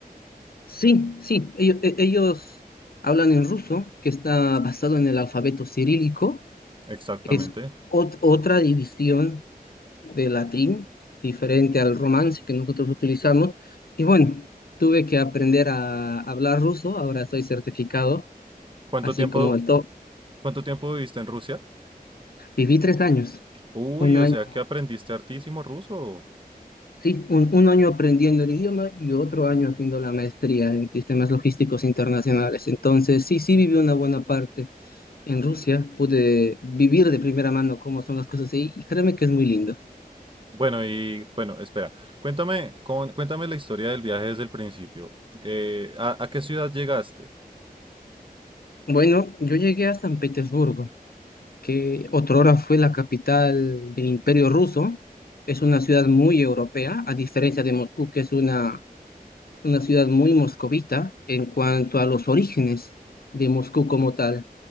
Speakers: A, on the left; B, on the right.
A: sí, sí, ello- e- ellos, hablan en ruso, que está basado en el alfabeto cirílico,
B: Exactamente.
A: es ot- otra división de latín, diferente al romance que nosotros utilizamos. Y bueno, tuve que aprender a hablar ruso, ahora estoy certificado,
B: ¿Cuánto
A: así
B: tiempo,
A: como el top.
B: cuánto tiempo viviste en Rusia?
A: Viví tres años,
B: Uy,
A: un año,
B: o sea que aprendiste hartísimo ruso.
A: sí, un, un año aprendiendo el idioma y otro año haciendo la maestría en sistemas logísticos internacionales. Entonces, sí, sí viví una buena parte en Rusia, pude vivir de primera mano cómo son las cosas ahí y créeme que es muy lindo.
B: Bueno, y bueno, espera, cuéntame, con- cuéntame la historia del viaje desde el principio. Eh, ¿a, a qué ciudad llegaste?
A: Bueno, yo llegué a San Petersburgo. que otrora fue la capital del Imperio Ruso. Es una ciudad muy europea, a diferencia de Moscú, que es una, una ciudad muy moscovita en cuanto a los orígenes de Moscú como tal.